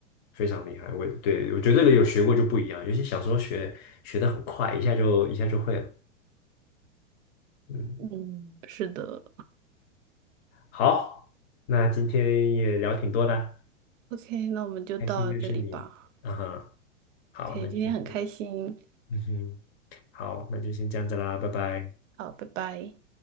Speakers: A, on the left (about 50°); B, on the right (about 75°).
A: 非常厉害。我对我觉得这个有学过就不一样，尤其小时候学学的很快，一下就一下就会了。嗯，
B: 嗯，是的
A: 好，那今天也聊挺多的，
B: ，OK，那我们就到这里吧。
A: 开心认识你。嗯哼，好，
B: OK，
A: 那就先这样。
B: 今天很开心，
A: 嗯哼，好，那就先这样子啦，拜拜。
B: 好，拜拜。